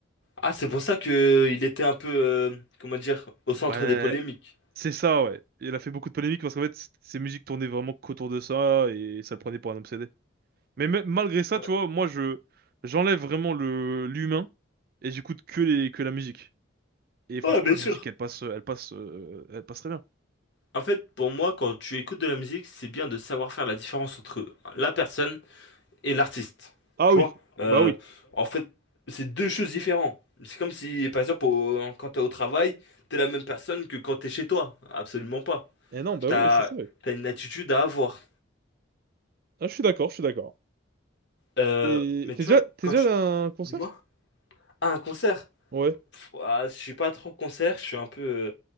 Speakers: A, on the left; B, on the right.
A: Ah, c'est pour ça que euh, il était un peu, euh, comment dire, au centre
B: Ouais,
A: des polémiques.
B: c'est ça, ouais. Il a fait beaucoup de polémiques parce qu'en fait, c- ses musiques tournaient vraiment qu'autour de ça et ça le prenait pour un obsédé. Mais me- malgré ça,
A: Ouais,
B: tu vois, moi, je j'enlève vraiment le l'humain et j'écoute que les que la musique. Et franchement,
A: Ouais, bien
B: la musique,
A: sûr.
B: elle passe, elle passe, euh, elle passe très bien.
A: En fait, pour moi, quand tu écoutes de la musique, c'est bien de savoir faire la différence entre la personne et l'artiste.
B: Ah
A: Tu
B: oui,
A: vois? Euh,
B: bah oui.
A: en fait, c'est deux choses différentes. C'est comme si, par exemple, au- quand t'es au travail, t'es la même personne que quand t'es chez toi. Absolument pas.
B: Eh non, bah
A: T'as,
B: oui, c'est ça, oui.
A: t'as une attitude à avoir.
B: Ah, je suis d'accord, je suis d'accord.
A: Euh,
B: Et
A: mais
B: t'es
A: tu
B: déjà,
A: vois,
B: t'es
A: quand
B: déjà
A: tu...
B: allé à un concert?
A: Dis-moi. Ah, un concert?
B: Ouais,
A: Pff, ah, je suis pas trop concert, je suis un peu... euh,